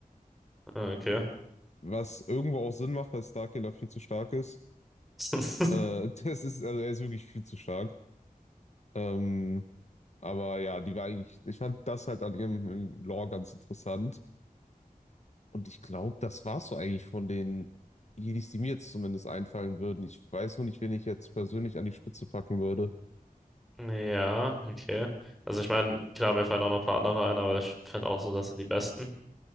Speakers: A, in the centre; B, on the left (about 50°).
A: Okay.
B: Was irgendwo auch Sinn macht, weil Starkiller viel zu stark ist.
A: <laughs>
B: Äh, <laughs> das ist, also er ist wirklich viel zu stark. Ähm, aber ja, die war eigentlich, ich fand das halt an ihrem Lore ganz interessant. Und ich glaube, das war's so eigentlich von den Jedis, die mir jetzt zumindest einfallen würden. Ich weiß nur nicht, wen ich jetzt persönlich an die Spitze packen würde.
A: Ja, okay. Also ich meine, klar, mir fallen auch noch ein paar andere ein, aber ich finde auch so, das sind die besten.